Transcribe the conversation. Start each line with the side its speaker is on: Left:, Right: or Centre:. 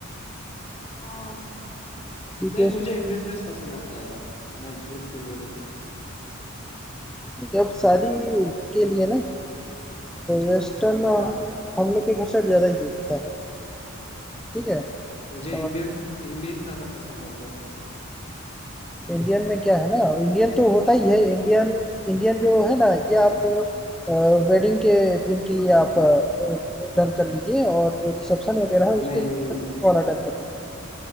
Left: हाँ
Centre: क्योंकि
Left: नहीं
Centre: उसमें
Left: मुझे इंडियन ड्रेस पसंद आता है यार मैं झूठ क्यों बोलूँ
Centre: अब शादी के लिए ना वेस्टर्न हम
Left: हाँ
Centre: लोग हम लोग के घर साइड ज्यादा यूज होता है ठीक है
Left: मुझे
Centre: और
Left: इंडियन इंडियन ज्यादा पसंद आता है
Centre: इंडियन में क्या है ना इंडियन तो होता ही है इंडियन इंडियन जो है ना
Left: हाँ
Centre: ये आप वेडिंग के दिन के लिए आप डन कर लीजिए और जो रिसेप्शन वगैरह है उसके
Left: नहीं
Centre: लिए वेस्टर्न वाला डन कर लीजिए